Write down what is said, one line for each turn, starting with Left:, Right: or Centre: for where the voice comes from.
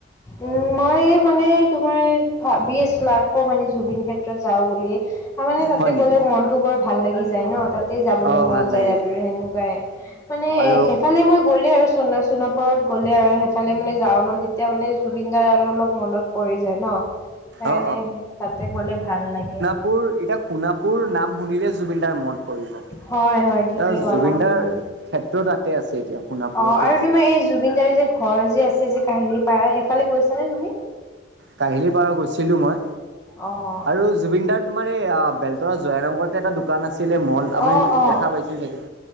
Left: উম মই মানে তোমাৰ ভাবি আছিলো আকৌ মানে জুবিন ক্ষেত্ৰত যাওঁ বুলি। তাৰমানানে তাতে
Right: হয় নেকি
Left: গ'লে মনতটো বৰ ভাল লাগি যায় ন তাত। তা যাবলৈ
Right: অ
Left: মন
Right: ভাল
Left: যায়
Right: লাগিছে
Left: আৰু সেনেকুৱাই মানে
Right: আৰু
Left: এ সেইফালে মই গ'লে আৰু চোণাপত- গলে আৰু সেইফালে মানে যাওঁ ন যেতিয়া মানে জুবিনদাৰ আৰু অলপ মনত পৰি যায় ন। সেইকাৰণে
Right: অ
Left: তাতে গ'লে ভাল লাগে।
Right: পুৰ এতিয়া সোণাপুৰ নাম শুনিলে জুবিনদাৰ মন পৰিব।
Left: হয় হয় ঠিকেই ক'লা
Right: জুবিনদাৰ
Left: উম।
Right: ক্ষেত্ৰ তাতে আছে এতিয়া সোণাপুৰতে
Left: অ' আৰু
Right: আছে।
Left: তোমাৰ এই জুবিন দাৰ যে ঘৰ যে আছে যে কাহিলি পাৰা সেইফালে গৈছা নে তুমি?
Right: কাহিলীৰ পাৰ গৈছিলো মই,
Left: অ'।
Right: আৰু জুবিনদাৰ- তোমাৰ এই বেলতৰা জয় নগৰতে এটা দু দোকান আছিলে মল আপুনি
Left: অ', অ'
Right: দেখা পাইছে চাগে,